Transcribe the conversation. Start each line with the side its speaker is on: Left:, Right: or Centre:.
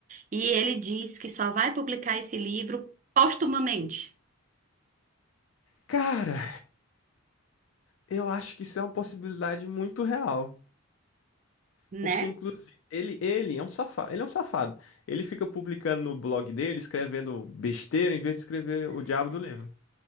Right: e ele diz que só vai publicar esse livro postumamente,
Left: Cara, eu acho que isso é uma possibilidade muito real.
Right: né?
Left: Porque, inclusive, ele, ele é um safado. Ele é um safado. Ele fica publicando no blog dele, escrevendo besteira, em vez de escrever o diabo do livro.